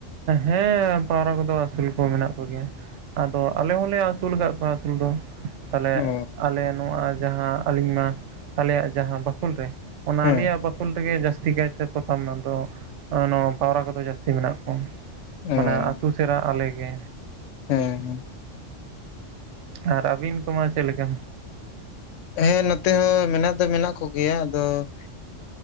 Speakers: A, on the right (about 75°); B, on the left (about 75°).
A: ᱦᱮᱸ ᱯᱟᱣᱨᱟ ᱠᱚᱫᱚ ᱟᱹᱥᱩᱞ ᱠᱚ ᱢᱮᱱᱟᱜ ᱠᱚᱜᱮᱭᱟ᱾ ᱟᱫᱚ ᱟᱞᱮ ᱦᱚᱸᱞᱮ ᱟᱹᱥᱩᱞ ᱟᱠᱟᱫ ᱠᱚᱣᱟ ᱟᱹᱥᱩᱞ ᱫᱚ᱾ ᱛᱟᱦᱚᱞᱮ
B: ᱚ
A: ᱟᱞᱮ ᱱᱚᱣᱟ ᱡᱟᱦᱟᱸ ᱟᱹᱞᱤᱧ ᱢᱟ ᱟᱞᱮᱭᱟᱜ ᱡᱟᱦᱟᱸ ᱵᱟᱠᱷᱩᱞ ᱨᱮ ᱚᱱᱟ
B: ᱦᱮᱸ
A: ᱟᱞᱮᱭᱟᱜ ᱵᱟᱠᱷᱳᱞ ᱨᱮᱜᱮ ᱡᱟᱹᱥᱛᱤ ᱠᱟᱭᱛᱮ ᱯᱚᱛᱟᱢ ᱚᱱᱟ ᱫᱚ ᱱᱚᱣᱟ ᱯᱟᱣᱨᱟ ᱠᱚᱫᱚ ᱡᱟᱹᱥᱛᱤ ᱢᱮᱱᱟᱜ ᱠᱚᱣᱟ᱾
B: ᱚ
A: ᱢᱟᱱᱮ
B: ᱦᱮᱸ
A: ᱟᱹᱛᱩ ᱥᱮᱨᱟᱜ ᱟᱞᱮᱜᱮᱼᱼ
B: ᱦᱮᱸ
A: ᱟᱨ ᱟᱹᱵᱤᱱ ᱠᱚᱢᱟ ᱪᱮᱫ ᱞᱮᱠᱟ᱾
B: ᱦᱮᱸ ᱱᱚᱛᱮ ᱦᱚᱸ ᱢᱮᱱᱟᱜ ᱫᱚ ᱢᱮᱱᱟᱜ ᱠᱚᱜᱮᱭᱟ ᱟᱫᱚ <inaudible>